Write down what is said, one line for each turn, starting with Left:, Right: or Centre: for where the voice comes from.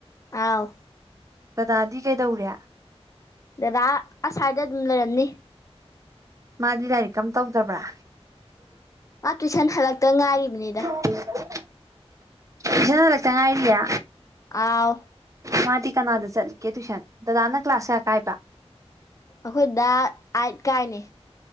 Left: ꯑꯥꯎ
Right: ꯗꯥꯗꯤ ꯀꯩꯗꯧꯔꯤ
Left: ꯗꯗꯥ ꯑꯁ꯭ꯋꯥꯏꯗ ꯑꯗꯨꯝ ꯂꯩꯔꯝꯅꯤ
Right: ꯃꯥꯗꯤ ꯂꯥꯏꯔꯤꯛ ꯀꯝ ꯇꯧꯗꯕ꯭ꯔꯥ
Left: ꯃꯥ ꯇꯨꯏꯁꯟ ꯍꯜꯂꯛꯇ ꯉꯥꯏꯔꯤꯕꯅꯤꯗ
Right: <unintelligible> ꯇꯨꯏꯁꯜ ꯏꯜꯂꯛꯇ ꯉꯥꯏꯔꯤꯌꯦ
Left: ꯑꯥꯎ
Right: ꯃꯥꯗꯤ ꯀꯅꯥꯗ ꯆꯠꯂꯤꯒꯦ ꯇꯨꯏꯁꯟ ꯗꯗꯥꯅ ꯀ꯭ꯂꯥꯁ ꯀꯌꯥ ꯀꯥꯏꯕ
Left: ꯑꯩꯈꯣꯏꯗ ꯑꯥꯏꯠ ꯀꯥꯏꯅꯤ